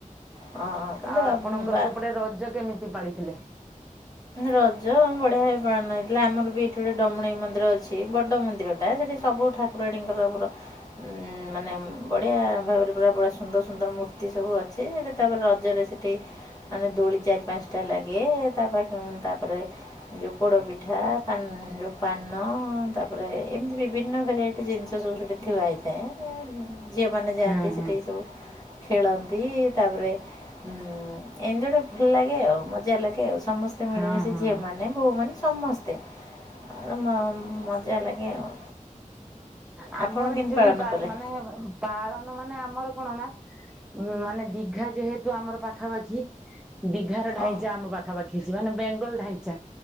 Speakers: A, on the left; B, in the centre.
A: ହଁ ତାହେଲେ
B: ଆଉ ଆପଣଙ୍କର ସେପଟେ ରଜ କେମିତି ପାଳିଥିଲେ?
A: ରଜ ବଢିଆ ଭାବେ ପାଳନ ହେଇଥିଲା ଆମର ବି ଏଠି ଗୋଟେ ଡମଣେଇ ମନ୍ଦିର ଅଛି ବଡ ମନ୍ଦିର ଟା ସେଠି ସବୁ ଠାକୁରାଣୀଙ୍କର ପୁରା ମାନେ ବଢ଼ିଆ ଭାବରେ ପୁରା ବ ସୁନ୍ଦର ସୁନ୍ଦର ମୂର୍ତ୍ତି ସବୁ ଅଛି ସେଠି ତାପରେ ରଜରେ ସେଠି ମାନେ ଦୋଳି ଚାରି ପାଞ୍ଚ ଟା ଲାଗେ ତା ପାଖ ତାପରେ ଯୋଉ ପୋଡ ପିଠା ଯୋଉ ପାନ ତାପରେ ଏମିତି ବିଭିନ୍ନ ଭେରାଇଟି ସେ ଜିନିଷ ସବୁ ସେଇଠି ଥଥିବାଆ ହେଇଥାଏ ଝିଅମାନେ ଯାଆନ୍ତି
B: ହୁଁ ହୁଁ
A: ସେଇଠିି ସବୁ ଖେଳନ୍ତି ତାପରେ ଉମ ଏମିତି ଗୋଟେ ଭଲ ଲାଗେ ଆଉ ମଜା ଲାଗେ ଆଉ ସମସ୍ତେ ତେ ମିଳିମିଶି
B: ହଁ ହଁ
A: ଝିଅ ମାନେ ବୋଉମାନେ ସମସ୍ତେ ଆ ମ ମଜା ଲାଗେ ଆଉ
B: ଆମର
A: ଆପଣ କେମିତି
B: ଆଚୁଆଲି
A: ପାଳନ
B: ବାର
A: କଲେ
B: ମାନେ ପାଳନ ମାନେ ଆମର କଣ ନା ମାନେ ଦିଘା ଯେହେତୁ ଆମର ପାଖାପାଖି ଦିଘାର ଢାଇଚା
A: ଓ
B: ଆମ ପାଖାପାଖି ଅଛି ମାନେ ବେଙ୍ଗଲ ଢାଇଚା